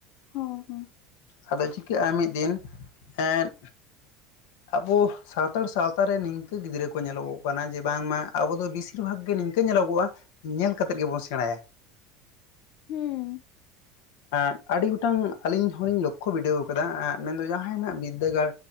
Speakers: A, on the left; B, on the left.
A: ᱦᱩᱸ ᱦᱩᱸ
B: ᱟᱫᱚ ᱪᱤᱠᱟᱹᱜ-ᱟ ᱢᱤᱫ ᱫᱤᱱ᱾ ᱮᱸᱫ ᱟᱵᱚ ᱥᱟᱣᱛᱟᱲ ᱥᱟᱶᱛᱟᱨᱮ ᱱᱤᱝᱠᱟᱹ ᱜᱤᱫᱽᱨᱟᱹ ᱠᱚ ᱧᱮᱞᱚᱜᱚᱜ ᱠᱟᱱᱟ ᱡᱮ ᱵᱟᱝᱢᱟ ᱟᱵᱚ ᱵᱮᱥᱤᱨ ᱵᱷᱟᱜᱽ ᱜᱮ ᱱᱤᱝᱠᱟᱹ ᱧᱮᱞᱚᱜᱚᱜ-ᱟ ᱧᱮᱞ ᱠᱟᱛᱮᱫ ᱜᱮᱵᱚᱱ ᱥᱮᱬᱟᱭᱟ᱾
A: ᱦᱩᱸ ᱾
B: ᱮᱸᱜ ᱟᱹᱰᱤ ᱜᱚᱴᱟᱝ ᱟᱹᱞᱤᱧ ᱦᱚᱸᱞᱤᱧ ᱞᱚᱠᱠᱷᱚ ᱵᱤᱰᱟᱹᱣ ᱟᱠᱟᱫᱟ᱾ ᱮᱸᱜ ᱢᱮᱱᱫᱚ ᱡᱟᱦᱟᱸᱭ ᱱᱟᱜ ᱵᱤᱫᱽᱫᱟᱹᱜᱟᱲ